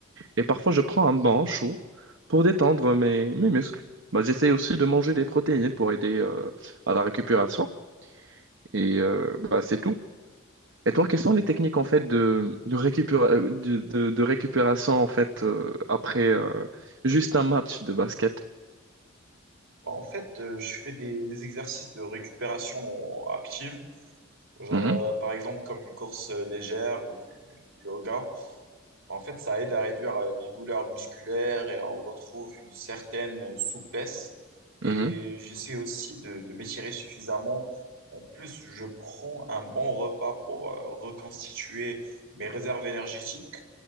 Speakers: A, on the right; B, on the right.
A: Et parfois, je prends un bain chaud pour détendre mes, mes muscles. Bah, j'essaie aussi de manger des protéines pour aider euh, à la récupération. Et euh, bah, c'est tout. Et toi, quelles sont les techniques en fait de, de, récupéra- euh, de, de- de récupération en fait euh, après euh, juste un match de basket?
B: Bah, en fait, euh, je fais des, des exercices de récupération active, genre
A: Mhm,
B: euh, par exemple comme une course euh, légère ou du, du yoga. Bah, En fait, ça aide à réduire euh, les douleurs musculaires et on retrouve une certaine euh, souplesse. Et
A: mhm.
B: j'essaie aussi de, de m'étirer suffisamment. En plus, je prends un bon repas pour euh, reconstituer mes réserves énergétiques.